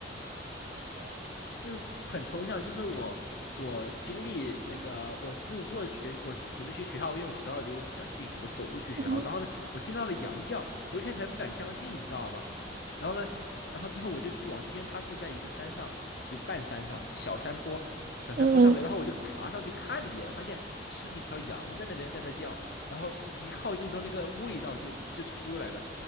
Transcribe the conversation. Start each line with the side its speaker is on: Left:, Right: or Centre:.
Left: 就是很抽象，就是我我经历那个我路过学，我准准备去学校，因为我学校离我比较近，我走路去学校，
Right: 嗯哼，
Left: 然后呢，我听到了羊叫，我一开始还不敢相信，你知道吧？然后呢，然后之后我就去往，因为它是在一个山上，有半山上小山坡，小山坡上面，
Right: 嗯嗯
Left: 然后我就爬上去看了一眼，发现十几条羊在那边在那叫，然后一靠近之后，那个味道就就出来了，